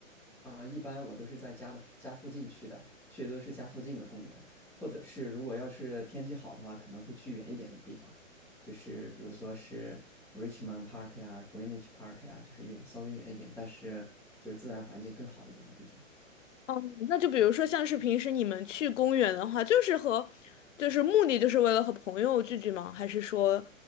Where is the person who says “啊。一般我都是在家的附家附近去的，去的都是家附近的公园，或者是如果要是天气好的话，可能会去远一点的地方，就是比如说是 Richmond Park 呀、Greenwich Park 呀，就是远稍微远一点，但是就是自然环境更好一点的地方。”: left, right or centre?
Centre